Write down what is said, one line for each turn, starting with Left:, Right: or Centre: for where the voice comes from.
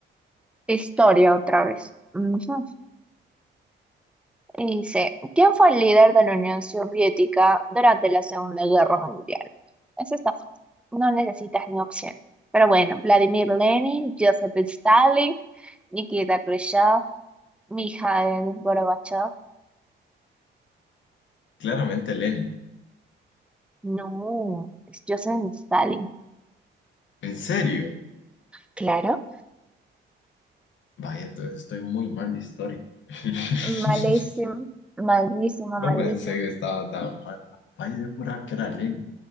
Centre: historia otra vez. Ujú. Y Dice, ¿quién fue el líder de la Unión Soviética durante la Segunda Guerra Mundial? Eso está fácil, no necesitas ni opción. Pero bueno, Vladimir Lenin, Joseph Stalin, Nikita Khrushchev, Mikhail Gorbachev.
Left: Claramente Lenin.
Centre: No, es Joseph Stalin.
Left: ¿En serio?
Centre: Claro.
Left: Vaya, entonces estoy muy mal de historia. <laughs>
Centre: Malísimo, malísimo,
Left: No
Centre: malísimo.
Left: pensé que estaba tan mal. Vaya, yo juraba que era Lenin.